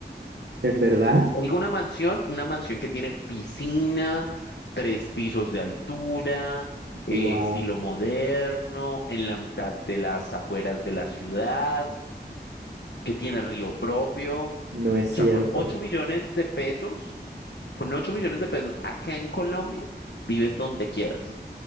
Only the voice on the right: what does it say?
¿En verdad?
Wow.
No es
cierto.